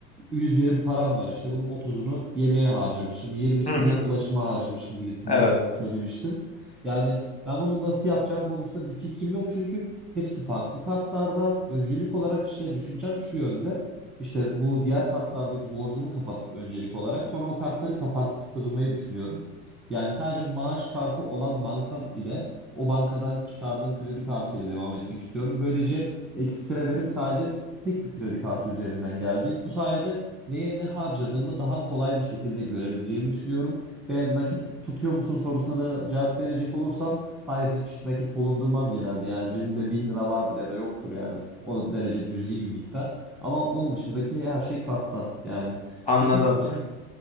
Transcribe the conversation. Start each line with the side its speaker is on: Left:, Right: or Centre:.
Centre: 100 birim param var işte bunun 30'unu yemeğe harcamışım, 20'sini
Left: Hı hı.
Centre: ulaşıma harcamışım gibisinden
Left: Evet.
Centre: söylemiştin. Yani ben bunu nasıl yapacağım konusunda bir fikrim yok çünkü hepsi farklı kartlarda. Öncelik olarak işte düşüncem şu yönde. İşte bu diğer kartlardaki borcumu kapatıp öncelik olarak sonra o kartları kapattırmayı düşünüyorum. Yani sadece maaş kartı olan bankam ile o bankadan çıkardığım kredi kartı ile devam etmek istiyorum. Böylece ekstrelerim sadece tek bir kredi kartı üzerinden gelecek. Bu sayede neye ne harcadığımı daha kolay bir şekilde görebileceğimi düşünüyorum. Ve nakit tutuyor musun sorusuna da cevap verecek olursam hayır hiç nakit bulundurmam genelde. Yani cebimde 1000 lira vardır ya da yoktur yani o derece cüzi bir miktar. Ama onun dışındaki her şey kartta yani.
Left: Anladım.
Centre: Peki sen